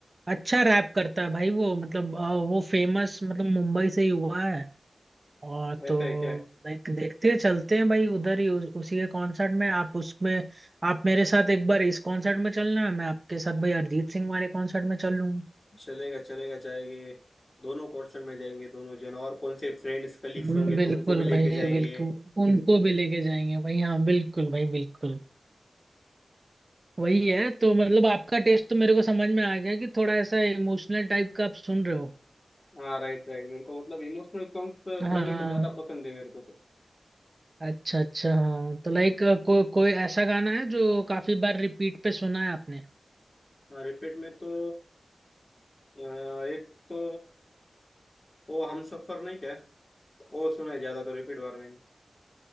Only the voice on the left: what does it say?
ऐसा
है क्या
चलेगा चलेगा जाएंगे दोनों पोर्शन में जाएंगे दोनों जन और कौन से फ्रेंड्स कलीग्स
होंगे
तो उनको भी लेके
जाएंगे
हाँ राइट राइट मेरे को मतलब इमोशनल सॉन्ग्स
सुनने को ज्यादा पसंद है मेरे को तो
हाँ रिपीट में तो अ, एक तो वो हम सफर नहीं क्या वो सुना है ज्यादा तो रिपीट बार में